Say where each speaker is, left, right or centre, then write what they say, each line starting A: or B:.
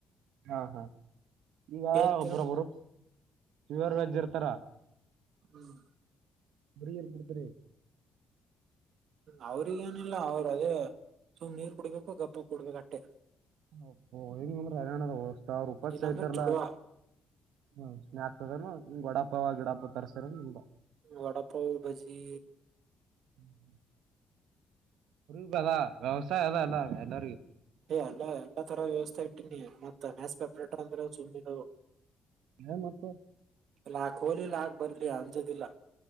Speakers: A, on the right (about 85°); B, on the right (about 70°).
A: ಹಾ ಹಾ ಈಗ
B: ಕೇಕ್
A: ಒಬ್ಬ್ರೊಬ್ರು
B: ತಿನ್
A: ಪರ್ ವೆಜ್ಜ್ ಇರ್ತಾರ
B: ಹ್ಮ್
A: ಬರಿಲ್ ಕುತರ
B: ಅವ್ರಿಗ ಏನಿಲ್ಲ ಅವರು ಅದೇ ಸುಮ್ ನೀರ್ ಕುಡ್ಬೇಕು ಗಪ್ಪ ಕುಡ್ಬೇಕು ಅಟ್ಟೆ
A: ಹ ಂದ್ರ ಹರಣ ಅದ ಸಾವಿರ ಉಪಾಯ
B: ಇಲ್ಲಾಂದ್ರೆ
A: ಇದತಾರಲ್ಲಾ
B: ಚುಡುವ
A: ಹ್ಮ ಸ್ಕ್ತದ ಗಡಪ್ಪ ಗಿಡಪ್ಪ ತರ್ಸರ ನಿದ
B: ವಡಪಾವ್ ಬಜಿ
A: ಹ್ಮ್ ಹ್ಮ್ ಉಪದಾ ವಿವಸಾಯದಾ ಎಲ್ಲ ಎಲ್ಲಾರಗ
B: ಏ ಅಲ್ಲ ಎಲ್ಲಾ ತರ ವ್ಯವಸ್ಥೆ ಇಟ್ಟೀನಿ ಮತ್ತ ಮ್ಯಾಸ್ ಪೇಪರೇಟರ್ ಅಂದ್ರೆ ಸುಮ್ಮದು
A: ಹ ಮತ್ತ
B: ಲಾಕ್ ಹೋಲಿ ಲಾಕ್ ಬರ್ಲಿ ಅಂಜದಿಲ್ಲ